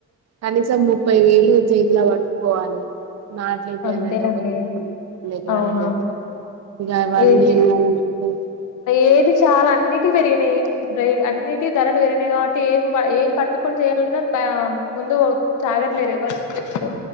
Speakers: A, on the right; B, on the left.
A: కనీసం ముప్పై వేలూ చేతిలో బట్కోవాలి నాట్లేపీయాలంటే
B: అంతే అండి
A: ఒక దకరాలక
B: అవునవును
A: అయితే ఇలా ఇవన్నీ
B: ఏజి
A: ఎల్లాలంటే
B: ఏది చాలా అన్నిటి పెరిగినయ్ బ్రేయిడ్ అన్నిటి ధరల్ బెరిగి తయ్ గాబట్టి ఏం ఏ పట్టుకొన్ చేయాలన్నా బా ముందు సాగట్లేర్ ఎవ్వరు ఇప్పుడు